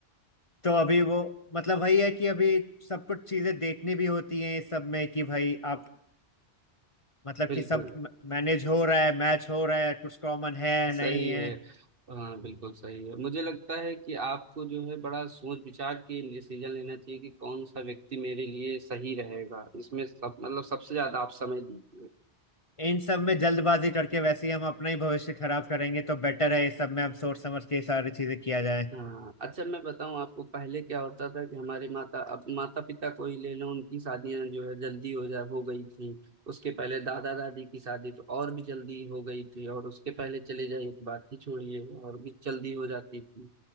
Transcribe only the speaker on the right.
बिल्कुल
सही
है हाँ बिल्कुल सही है मुझे लगता है कि आपको जो है बड़ा सोच विचार के डिसीजन लेना चाहिए कि कौन सा व्यक्ति मेरे लिए सही रहेगा इसमें सब मतलब सबसे ज्यादा आप समय दीजिए
हाँ अच्छा मैं बताऊं आपको पहले क्या होता था कि हमारे माता अब माता पिता को ही ले लो उनकी शादियां जो है जल्दी हो जा हो गई थी उसके पहले दादा दादी की शादी तो और भी जल्दी हो गई थी और उसके पहले चले जाइए तो बात ही छोड़िए और भी जल्दी हो जाती थी